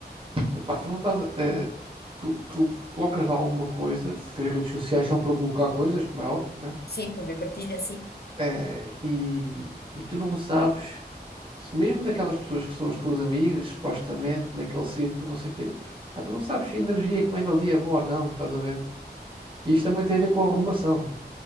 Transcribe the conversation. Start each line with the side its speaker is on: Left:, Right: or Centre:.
Right: Epá, tu não estás. eh, tu, tu colocas lá alguma coisa, porque as redes sociais são para colocar coisas, como é óbvio, né?
Left: Sim, para ver partilha, sim.
Right: Eh, e, e tu não sabes, se mesmo daquelas pessoas que são as tuas amigas, supostamente, naquele círculo, não sei o quê, pá, tu não sabes se a energia que vem dali é boa ou não, estás a ver? E isto também tem a ver com a arrumação.